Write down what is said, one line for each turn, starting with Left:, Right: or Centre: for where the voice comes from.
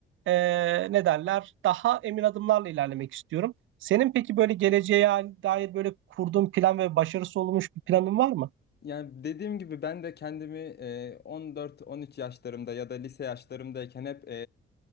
Right: ee, ne derler, daha emin adımlarla ilerlemek istiyorum. Senin peki böyle geleceğe dair böyle kurduğun plan ve başarısı olmuş bir planın var mı?
Left: Yani dediğim gibi ben de kendimi e, 14-13 yaşlarımda ya da lise yaşlarımdayken hep